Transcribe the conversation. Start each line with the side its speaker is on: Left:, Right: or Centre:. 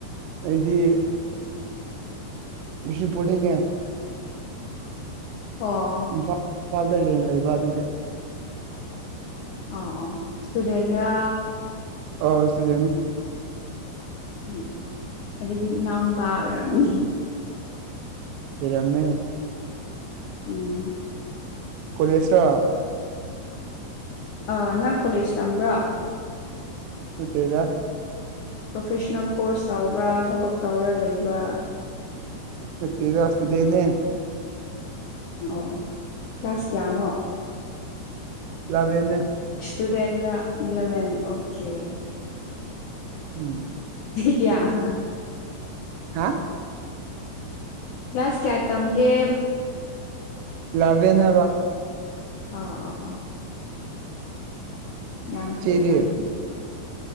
Right: ꯑꯩꯗꯤ ꯁꯤꯡ ꯄꯣꯔꯇꯅꯦ
Left: ꯑ
Right: ꯏꯝꯐꯥꯜ ꯏꯝꯐꯥꯜꯗ ꯔꯦꯟ ꯂꯩꯕ ꯑꯗꯨꯒꯤ
Left: ꯑ ꯑ ꯏꯁꯇꯨꯗꯦꯦꯟ ꯔ
Right: ꯑ ꯁꯤꯗꯅꯤ
Left: ꯎꯝ ꯑꯗꯨꯗꯤ ꯏꯅꯥꯎ ꯅꯨꯨꯄꯥ ꯑꯣꯏꯔꯝꯅꯤ
Right: ꯐ ꯑꯃ
Left: ꯎꯝ
Right: ꯀꯣꯂꯦꯁ꯭ꯔ
Left: ꯑ ꯅꯪ ꯀꯣꯂꯦꯖ ꯇꯝꯕ꯭ꯔꯣ
Right: ꯄꯦꯖ
Left: ꯄ꯭ꯔꯣꯐꯦꯁꯅꯦꯜ ꯀꯣꯔꯁ ꯇꯧꯕ꯭ꯔꯥ ꯊꯕꯛ ꯇꯧꯔꯥ ꯂꯩꯕ꯭ꯔꯥ
Right: ꯐꯇꯤ ꯔꯥꯁꯇ ꯅꯩꯅꯦ
Left: ꯑꯣ ꯀ꯭ꯂꯥꯁ ꯀꯌꯥꯅꯣ
Right: ꯂꯕꯦꯟ
Left: ꯇꯨ ꯊ ꯏꯂꯕꯟ ꯑꯣꯀꯦ ꯑꯣꯦ
Right: ꯎꯝ
Left: ꯀꯌꯥ ꯍꯥ
Right: ꯍꯥ
Left: ꯀ꯭ꯂꯁ ꯀꯌꯥ ꯇꯝꯒꯦ
Right: ꯂꯕ ꯌꯦꯅ ꯍꯥꯏꯕ
Left: ꯑꯥ ꯑꯥ ꯑꯥ ꯌꯥꯝ
Right: ꯏꯆꯦꯗꯤ
Left: ꯐꯩ ꯌꯥꯝ ꯐꯩ